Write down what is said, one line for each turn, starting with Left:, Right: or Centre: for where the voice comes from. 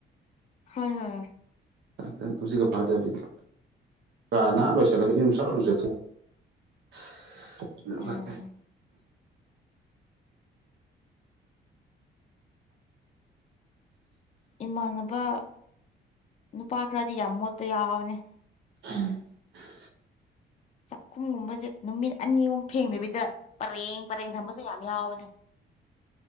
Left: ꯍꯣꯏ ꯍꯣꯏ꯫
Right: ꯈꯤꯇꯪ ꯈꯤꯇꯪ ꯇꯨꯝꯁꯤꯠꯀ ꯐꯥꯔꯛꯇꯕꯁꯤꯗꯤ ꯀꯥ ꯅꯥꯟꯅ ꯂꯣꯏꯁꯤꯜꯂꯒ ꯏꯔꯨ ꯁꯠ ꯂꯨꯖꯊꯣꯛ <unintelligible> ꯑꯗꯨꯟ
Left: ꯎꯝ
Right: ꯈ꯭ꯋꯥꯏ ꯐꯩ
Left: ꯏꯃꯥꯟꯅꯕ ꯅꯨꯄꯥ ꯈꯔꯗꯤ ꯌꯥꯝ ꯃꯣꯠꯄ ꯌꯥꯎꯕꯅꯦ꯫
Right: <unintelligible>
Left: ꯆꯥꯛꯈꯨꯝꯒꯨꯝꯕꯁꯦ ꯅꯨꯃꯤꯠ ꯑꯅꯤ ꯑꯍꯨꯝ ꯐꯦꯡꯗꯕꯤꯗ ꯄꯔꯦꯡ ꯄꯔꯦꯡ ꯊꯝꯕꯁꯨ ꯌꯥꯝ ꯌꯥꯎꯕꯅꯦ꯫